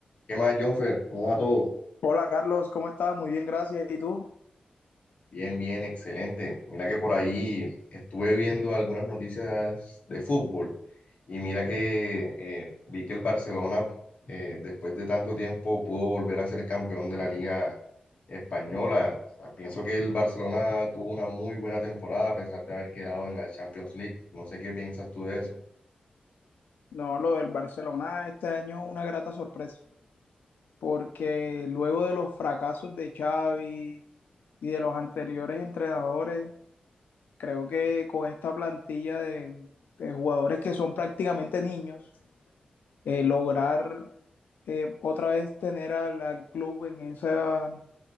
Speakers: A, on the left; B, on the left.
A: ¿Qué más, Jonfer? ¿Cómo va todo?
B: Hola Carlos, ¿cómo estás? Muy bien, gracias. ¿Y tú?
A: Bien, bien, excelente. Mira que por ahí estuve viendo algunas noticias de fútbol y mira que eh, vi que el Barcelona, eh, después de tanto tiempo, pudo volver a ser campeón de la Liga Española. O sea, pienso que el Barcelona tuvo una muy buena temporada a pesar de haber quedado en la Champions League. No sé qué piensas tú de eso.
B: No, lo del Barcelona este año una grata sorpresa, porque luego de los fracasos de Xavi y de los anteriores entrenadores, creo que con esta plantilla de, de jugadores que son prácticamente niños, eh, lograr eh, otra vez tener al, al club en esa, en